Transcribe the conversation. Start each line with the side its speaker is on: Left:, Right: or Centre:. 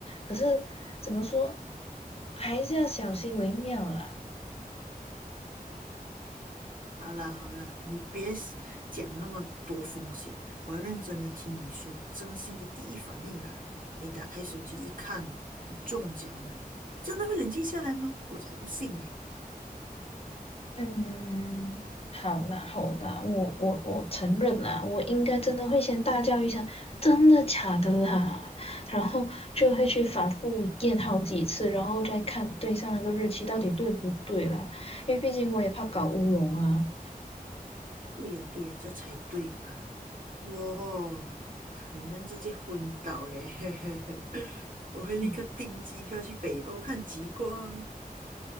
Left: 可是怎么说，还是要小心为妙啦。
Right: 好啦好啦，你别讲那么多风险，我要认真的听你说你真心的第一反应啦。你打开手机一看，你中奖了，真的会冷静下来吗？我才不信耶！
Left: 嗯，好啦好啦，我我我承认啦，我应该真的会先大叫一声“真的假的啦”，然后就会去反复验好几次，然后再看对上那个日期到底对不对啦，因为毕竟我也怕搞乌龙啊。
Right: 对呀对呀，这才对吧？我哦可能直接昏倒嘞，<laughs> 我会立刻订机票去北欧看极光。
Left: 嗯